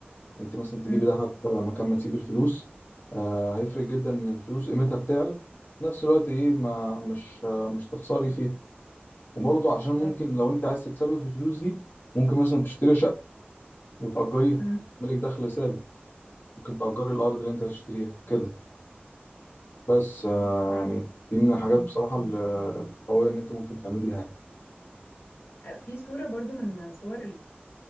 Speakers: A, on the left (about 55°); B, on the left (about 75°).
A: يعني انت مثلا تجيبي
B: مم.
A: ذهب مكان ما تسيبي الفلوس آه هيفرق جدا ان الفلوس قيمتها بتعلى وفي نفس الوقت ايه ما مش آه مش تخسري فيها وبرضه عشان
B: مظبوط
A: ممكن لو انت عايز تكسبي في الفلوس دي ممكن مثلا تشتري شقه وتأجريها
B: مم،
A: ملك دخل ثابت ممكن تأجري الارض اللي انت هتشتريها كده بس آه
B: ايوه
A: يعني دي من الحاجات بصراحه ال- القويه ان انت ممكن تعمليها
B: آه، في صورة برضو من صور ال-